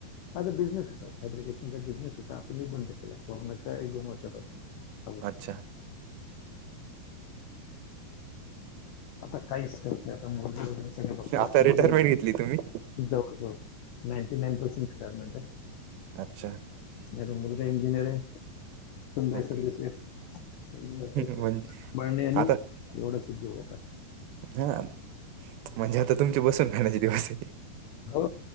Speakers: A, on the left (about 80°); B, on the right (about 75°).
A: माझा बिझनेस होता लं, फॅब्रिकेशनचा बिझनेस होता लं. आपण मी बंद केलाय मागच्या एक-दोन वर्षांपासून. <unintelligible> <unintelligible>
B: अच्छा
A: आता मुलं वगैरे सगळे बघतात.
B: आता
A: मुलं
B: रिटायरमेंट घेतली तुम्ही
A: जवळ-जवळ नाईंटी नाईन पर्सेंट. ट म्ह आहे <unintelligible>
B: अच्छा.
A: माझा मुलगा इंजिनिअर आहे. सुनबाई
B: ओके
A: सर्व्हिसला आहेत,
B: म्हणजे
A: पळणे आणि
B: आता
A: एवढाच उद्योग आता.
B: हा, म्हणजे आता तुमचे बसून खाण्याचे दिवस आहेत.
A: हो,